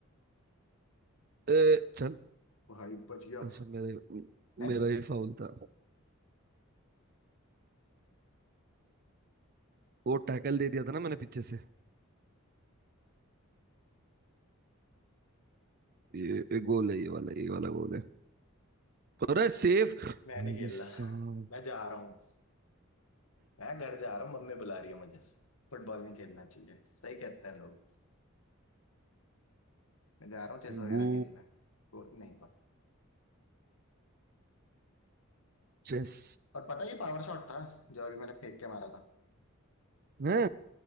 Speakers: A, on the right; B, on the left.
A: ए, चल
B: भाई बच गया
A: अच्छा मेरा
B: है
A: मेरा ही फाउल था वो टैकल दे दिया था ना मैंने पीछे से ये, ये गोल है ये वाला ये वाला गोल है और सेफ भाई
B: मैं नहीं खेल
A: साहब
B: रहा मैं जा रहा हूँ मैं घर जा रहा हूँ मम्मी बुला रही है मुझे फुटबॉल में खेलना चाहिए सही कहते हैं लोग मैं जा रहा हूँ चेस वगैरह
A: वो
B: खेलना वो नहीं पा
A: चेस
B: और पता है ये पावर शॉट था जो अभी मैंने फेंक के मारा था
A: है